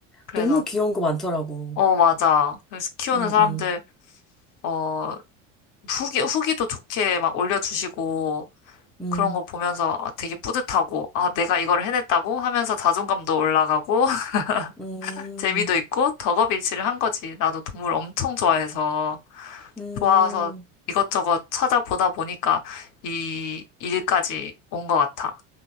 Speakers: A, on the left; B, in the centre.
A: 그래서,
B: 너무 귀여운 거 많더라고.
A: 어, 맞아. 그래서 키우는
B: 음,
A: 사람들,
B: 음,
A: 어, 후기, 후기도 좋게 막 올려주시고,
B: 음.
A: 그런 거 보면서 아, 되게 뿌듯하고, 아, 내가 이걸 해냈다고 하면서 자존감도 올라가고, <laughs>
B: 음,
A: 재미도 있고, 덕업일치를 한 거지. 나도 동물 엄청 좋아해서,
B: 음,
A: 좋아서 이것저것 찾아보다 보니까 이 일까지 온 것 같아.